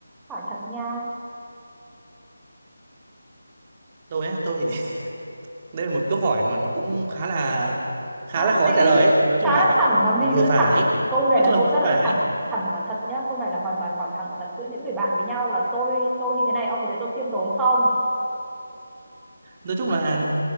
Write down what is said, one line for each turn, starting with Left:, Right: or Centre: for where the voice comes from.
Centre: hỏi thật nha
Right: tôi á tôi thì đây là một câu hỏi mà nó cũng khá là khá
Centre: khá là
Right: là khó
Centre: gì
Right: trả lời ấy. nói chung
Centre: khá
Right: là
Centre: là thẳng còn
Right: vừa
Centre: gì nữa
Right: phải
Centre: thẳng câu này
Right: nói
Centre: là
Right: chung
Centre: câu
Right: là vừa
Centre: rất là
Right: phải
Centre: thẳng thẳng và thật nhá câu này là hoàn toàn hỏi thẳng và thật giữa những người bạn với nhau là tôi tôi như thế này ông có thấy tôi khiêm tốn không
Right: nói chung là